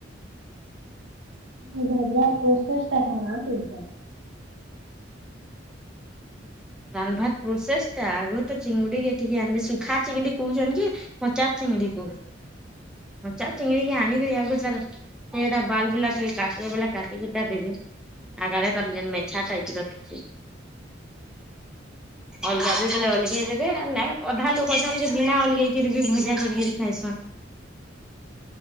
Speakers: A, on the right; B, in the centre.
A: ବାବାର କସଷ୍ଟ ଟା ଖଣ ତୁଇ
B: ଦାନଭାତ ପ୍ରୋସେସ ଟ ଆଗରୁ ତ ଚିଙ୍ଗୁଡିିକ ଟିକେ ଆଣିବେ ସୁୁଖା ଚିଙ୍ଗୁଡି କହୁଛନ୍ତି କି ପଚା ଚିଙ୍ଗୁଡି କହୁ ପଚା ଚିଙ୍ଗୁଡିିକ ଆଣିକିରି ଆଗ ତାର ସେଟା ବାଲ ଟିକେ କା ବ କାଟିକିଟା ଦେବେ ଆଗଡ ତାର ମୋ ଟାଖଛି ଅଲଗା ବି ବଲେ ଅଲଗେଇ ଦେବେ ନ ଅଧା ଲୋକ ଅଛନ୍ତି ଯେ ବିନା ଅଲଗେଇକିରି ବି ଭଜା କରିକିରି ଖାଇସନ୍